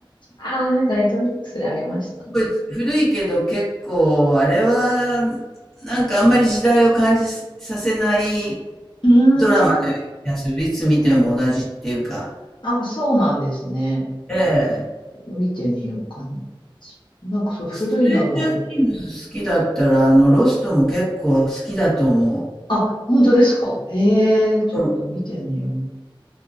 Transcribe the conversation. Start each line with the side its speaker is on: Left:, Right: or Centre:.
Left: あ、なんかネットフリックスでありましたね。
Centre: ごい古いけど結構あれはなんかあんまり時代を感じさせない
Left: うー
Centre: ドラマのような気がする。
Left: ん。
Centre: いつ見ても同じっていうか。
Left: あ、そうなんですね。
Centre: ええ。
Left: 見てみようかな。そなんかそう、古いのの、
Centre: ストレンジャーシングス好きだったらあのロストも結構好きだと思
Left: あ、本当ですか。へえ、ちょっと見てみよう。
Centre: う。